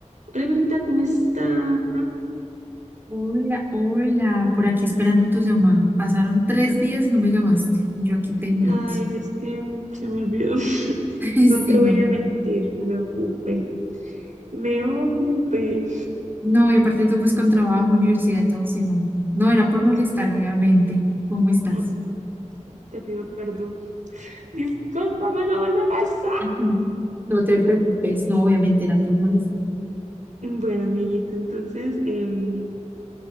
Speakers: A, on the right; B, on the right.
A: Hola, amiguita, ¿cómo estás?
B: Hola, hola, por aquí esperando tu llamado. Pasaron tres días y no me llamaste, y yo aquí pendiente.
A: Ay, es que se me olvidó. <laughs>
B: <laughs>
A: No
B: Sí,
A: te
B: no,
A: voy a mentir, me ocupé. Me ocupé.
B: no, y aparte tú pues con trabajo, universidad y todo, sí, no. No, era por molestar,
A: Sí,
B: obviamente. ¿Cómo estás?
A: oh, te pido perdón. Discúlpame, no vuelve a pasar.
B: <laughs> No te preocupes, no, obviamente era por molestar.
A: Bueno, amiguita, entonces, em,